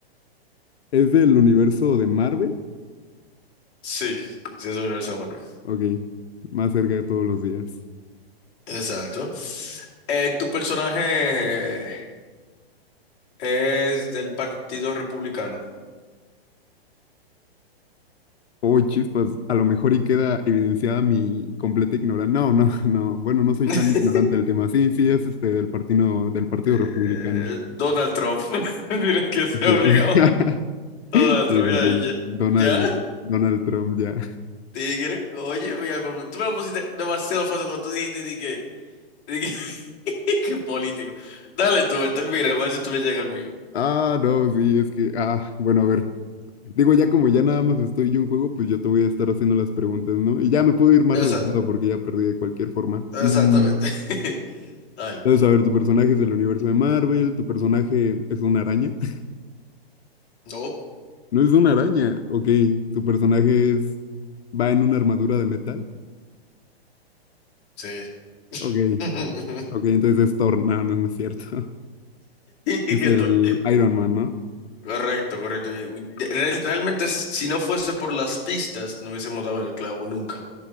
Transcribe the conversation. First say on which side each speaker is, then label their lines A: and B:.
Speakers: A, on the left (about 80°); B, on the left (about 30°).
A: ¿Es del universo de Marvel?
B: Sí. Sí, es un universo humano.
A: Ok. Más cerca de todos los días.
B: Exacto. Eh, tu personaje es del Partido Republicano.
A: Oh, chispas, a lo mejor y queda evidenciada mi completa ignorancia. No, no, <laughs> no. Bueno, no soy
B: <laughs>
A: tan ignorante del tema. Sí, sí, es este del partido, del Partido
B: Eh,
A: Republicano.
B: Donald Trump. <laughs> Tienes que ser
A: Sí.
B: obligado.
A: <laughs>
B: Donald
A: Sí,
B: Trump,
A: sí,
B: ya,
A: sí. Donald,
B: ya.
A: Donald Trump ya.
B: Tigre, oye, mira, pa- tú me la pusiste demasiado fácil cuando tú dijiste de que, de que, <laughs> que político. Dale tú, me termina, a ver si tú le llegas al mío.
A: Ah, no, sí, es que, ah, bueno, a ver. Digo, ya como ya nada más estoy yo en juego, pues yo te voy a estar haciendo las preguntas, ¿no? Y ya me puedo ir más
B: Exacto,
A: relajado porque ya perdí de cualquier forma.
B: exactamente.
A: Mm,
B: <laughs> Dale.
A: Entonces, a ver, tu personaje es del universo de Marvel, tu personaje es una araña. <laughs>
B: No,
A: No es una araña, ok. Tu personaje es, va en una armadura de metal.
B: sí.
A: Ok,
B: <laughs>
A: ok, entonces es Thor. No, no, no es cierto. <laughs>
B: ¿Qué
A: Es el
B: tal?
A: Iron Man, ¿no?
B: Correcto, correcto, bien. Real- Realmente, si no fuese por las pistas, no hubiésemos dado en el clavo nunca.